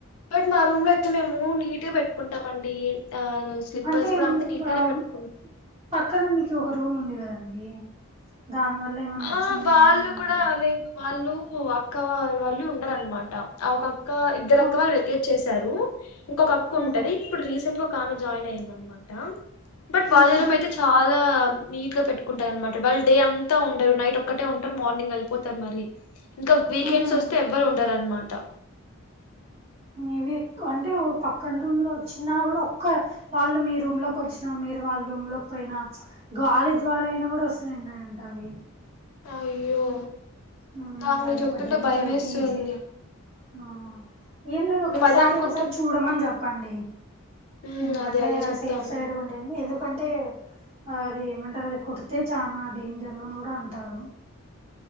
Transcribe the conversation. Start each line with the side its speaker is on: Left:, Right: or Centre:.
Left: బట్ మా రూమ్ లో అయితే మేము నీట్గా పెట్టుకుంటామండి ఆ స్లిప్పర్స్
Right: అంటే
Left: కూడా
Right: ఉం
Left: అంత నీట్
Right: రాను
Left: గానే పెట్టుకుం
Right: పక్కన మీకు ఒక రూమ్ ఉంది కదండి దానివల్ల ఏమన్నా
Left: ఆ!
Right: అచ్చిందేమోనని
Left: వాళ్ళు
Right: అనుకో
Left: కూడా లేదు. వాళ్ళు అక్క వా వాళ్ళు ఉండరనమాట ఆ ఒక అక్క ఇద్దరు అక్క
Right: ఆ
Left: వాళ్ళు వెకేట్ చేసారు ఇంక ఒక అక్క ఉంటది
Right: ఆహా
Left: ఇప్పుడు రీసెంట్ ఒక ఆమె జాయిన్ అయింది అనమాట ట బట్ వాళ్ళ
Right: ఆహా
Left: రూమ్ అయితే చాలా నీట్ గా పెట్టుకుంటారు అనమాట వాళ్ళు డే అం త ఉండరు నైట్ ఒక్కటే ఉంటారు మార్నింగ్ వెళ్పోతారు మరి ఇంకా వీకెండ్స్
Right: ఆహా
Left: వస్తే ఎవ్వరు ఉండరు అన్ మా ట
Right: ఇవిక్ అంటే పక్కన రూమ్ లో వచ్చిన కూడా ఒక్క వాళ్ళు మీ రూమ్ లోకి వచ్చినా మీరు వాళ్ళు మ్ లోక్ పోయినా గాలి ద్వారా అయినా కూడా వస్తాయండి అంట అవి
Left: అయ్యో
Right: ఊ
Left: నాకు మీరు
Right: అదొక
Left: చెప్తుంటే
Right: డేంజర్
Left: భయమేస్తుంది.
Right: ఈ పీజీలో ఆ ఏం లేదు ఒకసారి
Left: మేము అదే అనుకుంటున్
Right: ఒకసారి చూడమని చెప్ ప్పండి
Left: హ్మ్.
Right: ఎందుకంటే
Left: అదే అదే చెప్తాము.
Right: సేఫ్ సైడ్ ఉండేది ఎందుకంటే అది ఏమంటారు అది కుడితే చానా డేంజరు అని కూడా అంటారు